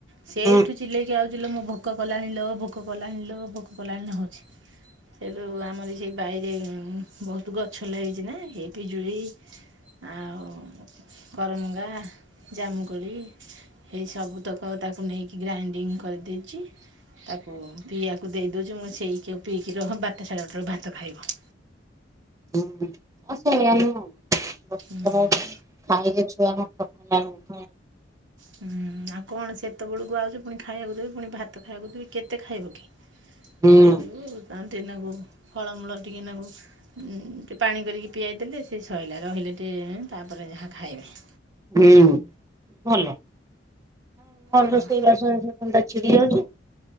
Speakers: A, on the right; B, on the right.
A: ସେଇଠୁ
B: ହୁଁ
A: ଚିଲେଇକି ଆଉଚି ଲୋ ଭୋକ କଲାଣି ଲୋ ଭୋକ କଲାଣି ଲୋ ଭୋ ଭୋକ କଲାଣି ଲୋ ହଉଚି ହେଇଠୁ ଅମରି ସେ ବାଇରେ ବୋହୁତ ଗଛ ଲାଗିଚି ନା ଏ ପିଜୁଳି ଆଉ କରମଙ୍ଗା ଜାମୁକୋଳି ଏସବୁତକ ତାକୁ ନେଇକି ଗ୍ରାଇଣ୍ଡ ଗ୍ରାଇଣ୍ଡିଙ୍ଗ କରିଦେଇଚି ତାକୁ ପିଇବାକୁ ଦେଇ ଦୋଉଚି ସେଇ ପିଏକି ରହ, ବାରଟା ସାଢ଼େ ବାରଟା ସାଢ଼େ ବେଳକୁ ଭାତ ଖାଇବୁ।
B: <unintelligible>
A: ହଁ
B: କାଇଲେ ଛୁଆ <unintelligible>
A: ହୁଁ ଆଉ କଣ ସେତେବେଳକୁ ଆଉଚି, ପୁଣି ଖାଇବାକୁ ଦେବି, ପୁଣି ଭାତ ଖାଇବାକୁ ଦେବି, କେତେ ଖାଇବ କି?
B: ହୁଁ
A: ଦେଇ ଯିବୁ ଟିକେ ନାକୁ ଫଳମୂଳ ଟିକେ ନାକୁ ଟିକେ ପାଣି କରିକି ପିଆଇଦେଲେ ସେ ସଇଲା ରହିଲେ ଟେ ତା ପରେ ଯାହା ଖାଇବେ।
B: ହୁଁ ଭଲ
A: ଆଉ
B: ରୋଷେଇବାସ ଧନ୍ଦା ଛିଡିଯାଉଚି।